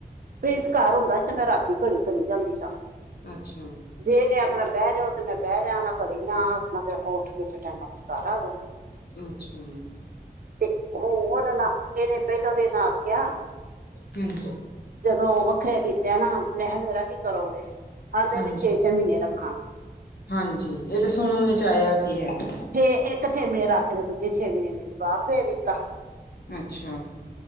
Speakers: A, on the right; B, on the left.
A: ਪ੍ਰਿੰਸ ਘਰ ਹੁੰਦਾ ਸੀ, ਤੇ ਮੈਂ ਰਾਤੀ ਘੜੀ ਚਲੀ ਜਾਂਦੀ ਸਾਂ।
B: ਅੱਛਾ।
A: ਜੇ ਇਨੇ ਆਖਣਾ ਬਹਿ ਜਾਓ, ਤੇ ਮੈਂ ਬਹਿ ਜਾਣਾ ਘੜੀ, ਨਾ ਆਖਣਾ ਤੇ ਆਪਾਂ ਉੱਠ ਕੇ ਓਸੇ ਟੈਮ ਆਪਣੇ ਘਰ ਆ ਜਾਣਾ।
B: ਅੱਛਾ।
A: ਤੇ ਉਹ ਹੁਣ ਨਾ ਇਹਨੇ, ਪਹਿਲੋ ਦਿਨ ਆਖਿਆ
B: ਹਮ
A: ਜਦੋਂ ਵੱਖਰੇ ਕੀਤੇ ਨਾ, ਮੈਂ ਕਿਹਾ, ਮੇਰਾ ਕੀ ਕਰੋਗੇ ਆਂਹਦੇ
B: ਹਾਂਜੀ
A: ਨੇ ਛੇ- ਛੇ ਮਹੀਨੇ ਰੱਖਾਂਗੇ।
B: ਹਾਂਜੀ, ਇਹ ਤਾਂ ਸੁਣਨ ਵਿੱਚ ਆਇਆ ਸੀ ਹੈਗਾ।
A: ਫਿਰ ਇੱਕ ਛੇ ਮਹੀਨੇ ਰੱਖ ਕੇ ਤੇ, ਦੂਜੇ ਛੇ ਮਹੀਨੇ ਇਨੇ ਜਵਾਬ ਦੇ ਦਿੱਤਾ।
B: ਅੱਛਾ।